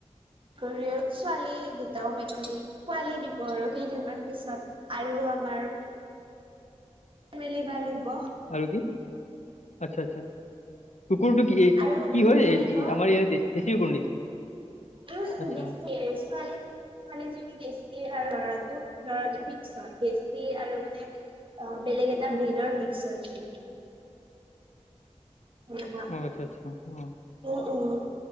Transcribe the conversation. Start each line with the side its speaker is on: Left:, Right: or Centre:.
Right: কৰি ছোৱালী দুটাও মেকুৰী পোৱালী দিব আৰু কেইদিনমান পিছত। আৰু আমাৰ ফেমেলি বাঢ়িব
Left: আৰু কি আত্চ্ছা চা কুকুৰটো কি কি
Right: আৰু উম
Left: হয়
Right: পোৱালি
Left: আমাৰ
Right: দিব
Left: ইয়ৰে দে দেছি কুকুৰ নেকি?
Right: উম উম
Left: আচ্ছা
Right: দেছি ছোৱালী <unintelligible> জনী দেছীয়ে আৰ লৰাটো, লৰাটো মিক্স হয় দেছি আৰু মানে অ বেলেগ এটা বিধৰ মিক্স হয় সি। সেনেকুৱা।
Left: অ আত্চ্ছা ছা অ
Right: উম উম।